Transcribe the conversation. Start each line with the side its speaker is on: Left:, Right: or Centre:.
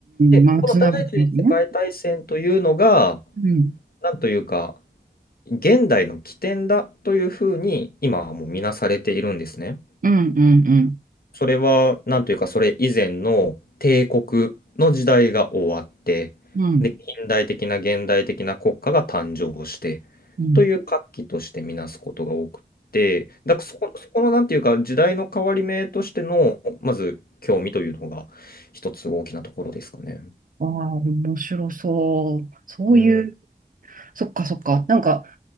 Left: で、
Right: んまあ、
Left: この第一次世界大戦というのが、
Right: つながってますね。うん、
Left: なんというか、現代の起点だというふうに今はもう見なされているんですね。
Right: うん、うん、うん、
Left: それは、なんというか、それ以前の帝国の時代が終わって、
Right: うん。
Left: で、近代的な現代的な国家が誕生して、
Right: うん
Left: という活気としてみなすことが多くて、だからそこ、そこの、なんていうか、時代の変わり目としての、まず、興味というのが、一つ大きなところですかね。
Right: ああー、面白そう。そういう、
Left: うん。
Right: そっかそっか。なんか、